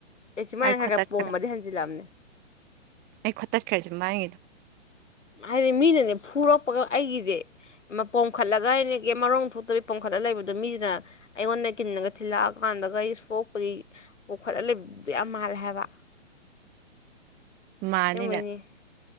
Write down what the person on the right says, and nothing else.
ꯑꯩ
ꯈꯣꯠꯇꯠꯈ꯭ꯔꯦ
ꯑꯩ ꯈꫭꯠꯇꯠꯈ꯭ꯔꯁꯦ ꯃꯥꯡꯉꯤꯗꯣ
ꯃꯥꯟꯅꯤ
ꯅꯪ